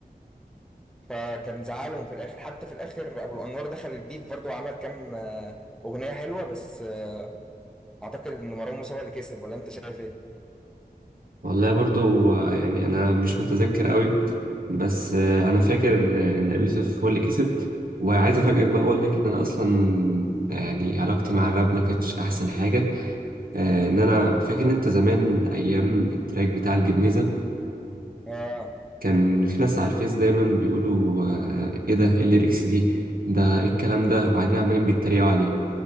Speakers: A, in the centre; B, on the right (about 60°).
A: فكان زعلهم في الاخر حتى في الاخر ابو الانوار دخل البيف برضه وعمل كام آه، اغنيه حلوه بس آه، اعتقد ان مروان موسى هو اللي كسب ولا انت شايف ايه؟
B: والله برضو آه، يعني انا مش متذكر قوي بس آه، انا فاكر آه، ان ابي يوسف هو اللي كسب وعايز افاجئك بقى اقول لك ان انا اصلا يعني علاقتي مع الراب ما كانتش احسن حاجه آه، ان انا فاكر إن انت زمان ايام التراك بتاع الجميزه
A: اه
B: كان في ناس على الفيس دايما بيقولوا آه، ايه ده إيه الليركس دي ده ايه الكلام ده وبعدين عمالين بيتريقوا عليه